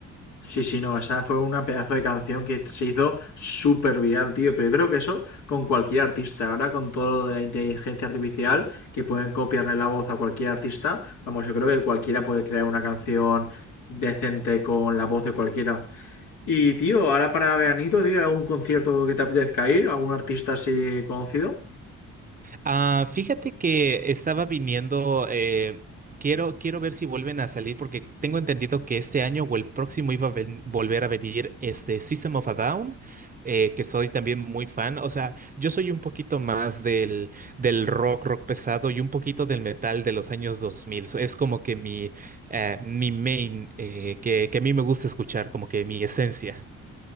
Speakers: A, on the left; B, on the right.
A: Sí, sí, no, esa fue una pedazo de canción que se hizo súper viral, tío. Pero yo creo que eso con cualquier artista. Ahora con todo lo de la inteligencia artificial, que pueden copiarle la voz a cualquier artista, vamos, yo creo que cualquiera puede crear una canción decente con la voz de cualquiera. Y, tío, ahora para veranito, tío, ¿algún concierto que te apetezca ir? ¿Algún artista así conocido?
B: Ah, fíjate que estaba viniendo, eh, quiero, quiero ver si vuelven a salir porque tengo entendido que este año o el próximo iba a ven- volver a venir este System of a Down, eh, que soy también muy fan. O sea, yo soy un poquito más del, del rock, rock pesado y un poquito del metal de los años 2000. So, Es como que mi, eh, mi main, eh, que, que a mí me gusta escuchar, como que mi esencia.